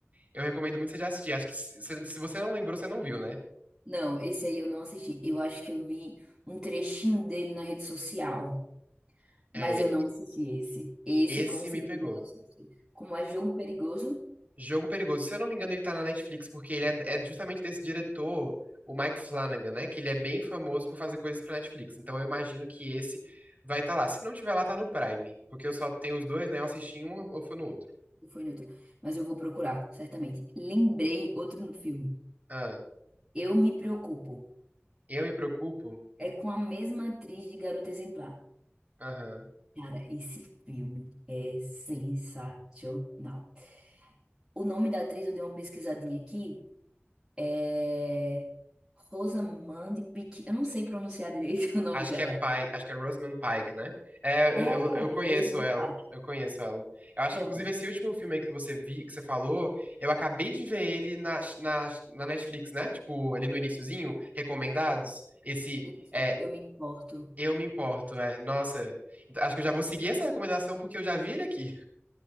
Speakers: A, on the right (about 35°); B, on the right (about 20°).
A: Eu recomendo muito você já assistir. Acho que se, se- se você não lembrou, você não viu, né?
B: Não, esse aí eu não assisti. Eu acho que eu vi um trechinho dele na rede social, mas
A: É,
B: eu não assisti esse. Esse
A: esse
B: com certeza
A: me pegou.
B: eu não assisti. Como é jogo perigoso,
A: Jogo Perigoso. Se eu não me engano, ele tá na Netflix, porque ele é, é justamente desse diretor, o Mike Flanagan, né? Que ele é bem famoso por fazer coisas pra Netflix. Então eu imagino que esse vai estar lá. Se não tiver lá, tá no Prime. Porque eu só tenho os dois, né? Eu assisti em um ou foi no outro.
B: não foi neutro, mas eu vou procurar, certamente. Lembrei outro no filme.
A: Ah,
B: Eu me preocupo.
A: eu me preocupo?
B: É com a mesma atriz de Garota Exemplar.
A: Aham.
B: Cara, esse filme é sensacional. O nome da atriz eu dei uma pesquisadinha aqui. É Rosamund Pike. Eu não sei pronunciar direito <laughs> o nome
A: Acho
B: dela.
A: que é Pike, acho que é Rosamund Pike, né? É,
B: É,
A: eu, eu eu conheço
B: Rosamund
A: ela,
B: Pike.
A: eu conheço ela. Eu acho
B: Pronto.
A: que, inclusive, esse último filme aí que você vi, que você falou, eu acabei de ver ele na, na, na Netflix, né? Tipo, ali no iniciozinho, recomendados. Esse,
B: Isso,
A: é,
B: Eu me importo.
A: Eu Me Importo, é. Nossa, acho que eu já vou seguir essa recomendação porque eu já vi ele aqui.